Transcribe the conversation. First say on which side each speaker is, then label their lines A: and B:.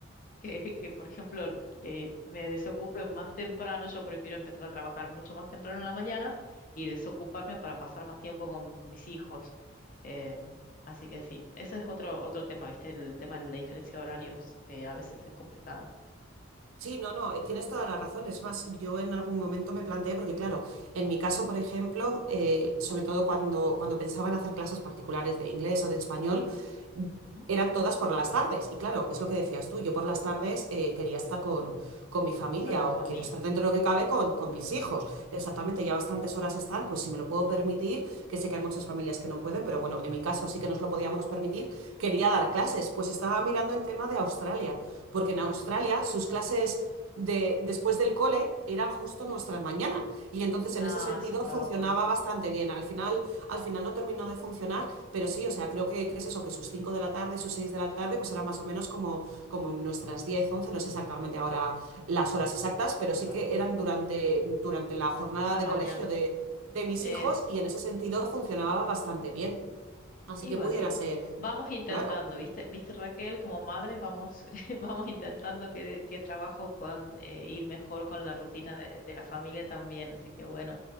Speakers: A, on the left (about 40°); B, on the right (about 85°).
A: <laughs> que, que por ejemplo, eh, me desocupe más temprano. Yo prefiero empezar a trabajar mucho más temprano en la mañana y desocuparme para pasar más tiempo con, con mis hijos. Em, así que sí, ese es otro, otro tema, ¿viste? El tema de la diferencia de horarios eh, a veces es complicada.
B: Sí, no, no, eh, tienes toda la razón. Es más, yo en algún momento me planteé, porque claro, en mi caso, por ejemplo, eh, sobre todo cuando, cuando pensaba en hacer clases particulares de inglés o de español, mm,
A: Ujú.
B: eran todas por las tardes. Y claro, es lo que decías tú, yo por las tardes eh, quería estar con, con mi familia
A: Con la familia.
B: o quiero estar dentro de lo que
A: Exacto.
B: cabe con, con mis hijos. Exactamente, ya bastantes horas están, pues si me lo puedo permitir, que sé que hay muchas familias que no pueden, pero bueno, en mi caso sí que nos lo podíamos permitir, quería dar clases. Pues estaba mirando en tema de Australia porque en Australia sus clases de, después del cole eran justo
A: Ujú.
B: nuestras mañanas y entonces en
A: Ah,
B: ese sentido
A: eso estaba
B: funcionaba
A: bueno.
B: bastante bien. Al final, al final no terminó de funcionar, pero sí, o sea, creo que, que es eso, que sus 5 de la tarde, sus 6 de la tarde, pues eran más o menos como, como nuestras 10 11 no sé exactamente ahora las horas exactas, pero
A: Eso,
B: sí
A: era.
B: que eran durante, durante la jornada
A: la
B: de
A: mañana.
B: colegio de, de mis
A: Es.
B: hijos y en ese sentido funcionaba bastante bien. Así
A: Y
B: que
A: bueno,
B: pudiera
A: y
B: ser,
A: vamos intentando,
B: claro,
A: ¿viste? ¿Viste Raquel? Como madres vamos, <laughs> vamos intentando que, que trabajos puedan eh, ir mejor con la rutina de, de la familia también. Así que bueno,